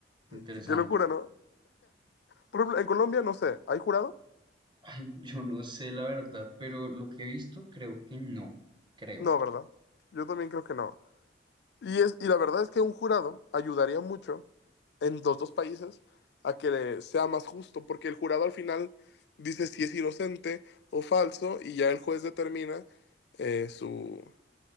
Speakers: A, on the right; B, on the left.
A: Interesante.
B: Qué, qué locura, ¿no? Por ejemplo, en Colombia no sé, ¿hay jurado?
A: Ay, yo no sé la verdad, pero lo que he visto creo que no. Creo.
B: No, ¿verdad? Yo también creo que no. Y es, y la verdad es que un jurado ayudaría mucho en los dos países a que sea más justo, porque el jurado al final dice si es inocente o falso y ya el juez determina eh, su